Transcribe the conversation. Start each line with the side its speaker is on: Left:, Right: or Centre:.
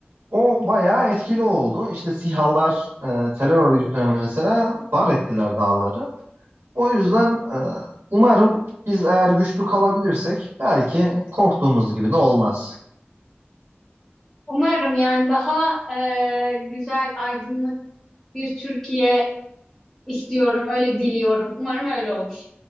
Right: o bayağı etkili oldu. İşte SİHA'lar e, terör örgütüne mesela dar ettiler dağları. O yüzden e, umarım biz eğer güçlü kalabilirsek belki korktuğumuz gibi de olmaz.
Centre: Umarım yani daha e, güzel, aydınlık bir Türkiye istiyorum. Öyle diliyorum. Umarım öyle olur.